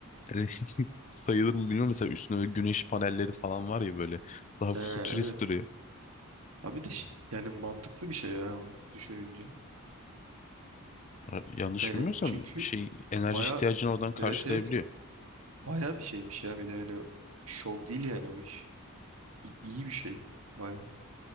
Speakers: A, on the left; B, on the right.
A: <laughs> sayılır mı bilmiyorum. Mesela üstünde böyle güneş panelleri falan var ya böyle daha
B: He,
A: futurist
B: evet.
A: duruyor.
B: Abi de ş- yani mantıklı bir şey ya o, düşününce.
A: Ha, Yanlış
B: Yani
A: bilmiyorsam
B: çünkü
A: şey enerji
B: baya
A: ihtiyacını oradan karşılayabiliyor.
B: evet evet baya bir şeymiş ya bir de yani şov değil yani o iş. İ- iyi bir şey baya